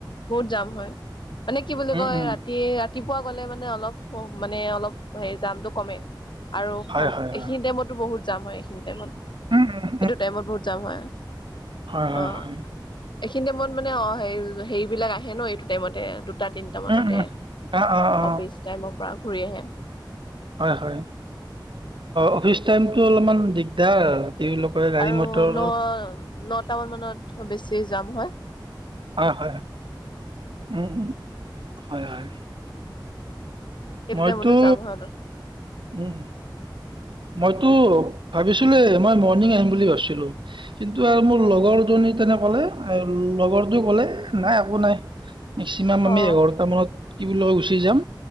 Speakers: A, on the left; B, on the right.
A: বহুত জাম হয়। মানে কি বুলি
B: উম
A: কয়
B: উম
A: ৰাতি-ৰাত ৰাতিপুৱা গ'লে মানে অলপ, মানে অলপ হেৰি জামটো কমে আৰু খন
B: হয় হয় হয়
A: এইখিনি টাইমতো বহুত যাম হয় এইখিনি টাইমত।
B: উম উম
A: এইটো টাইমত বহুত যাম হয়।
B: হয়-হয়।
A: অ এইখিনি টাইমত মানে অ হে হেৰি বিলাক আহে ন এইটো টাইমতে। তিনটা মানতে
B: উম-উম, অ-অ-অ,
A: অফিচ টাইমৰ পৰা ঘূৰি আহে
B: হয়-হয়। অফিচ টাইমতটো অলপমান দিগদাৰ। তেওঁলোকে গাড়ী
A: আৰু
B: মটৰ
A: ন নটা মান মানত বেছি। যাম হয়।
B: হয়-হয়, উম-উম, হয়-হয়।
A: সেইটো
B: মইতো
A: টাইমতো জাম হয় অলপ
B: উম। মইতো ভাবিছিলে মই মৰ্ণিং আহিম বুলি ভাবিছিলো কিন্তু আৰু মোৰ লগৰ জনী তেনে ক'লে লগৰটো কলে নাই একো নাই। মেক্সিমাম আমি
A: অ
B: এঘাৰটা মানত কি বুলিগুচ চিজাম,